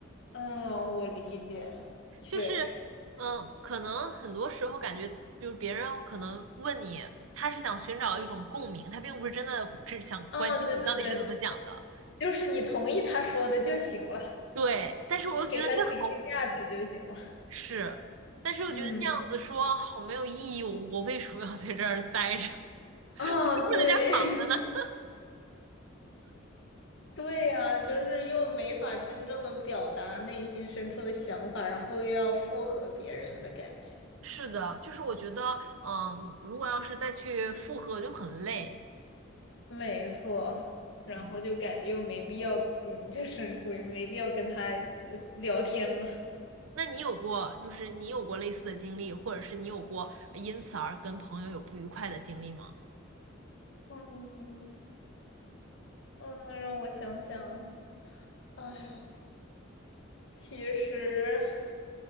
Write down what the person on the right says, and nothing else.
就是嗯、呃可能很多时候感觉就是别人可能问你，他是想寻找一种共鸣，他并不是真的只想关心你到底是怎么想的。
对，但是我又觉得这好。
是，但是我觉得这样子说好没有意义，
我我为什么要在这儿待着？<laughs>
不在家躺着呢？
<laughs>
是的，就是我觉得，嗯，如果要是再去复合就很累。
嗯，
那你有过，就是你有过类似的经历，或者是你有过因此而跟朋友有不愉快的经历吗？